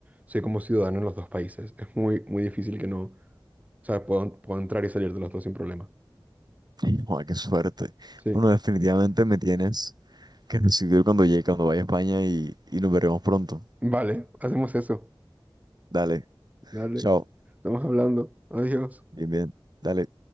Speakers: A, on the right; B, on the right.
A: soy como ciudadano en los dos países. Es muy, muy difícil que no, o sea, puedo, puedo entrar y salir de los dos sin problema.
B: Y, Joder, qué suerte.
A: Sí.
B: Bueno, definitivamente me tienes que recibir cuando llegue, cuando vaya a España y, y nos veremos pronto.
A: Vale, hacemos eso.
B: Dale,
A: Dale.
B: chao,
A: Estamos hablando. Adiós.
B: bien, bien, dale.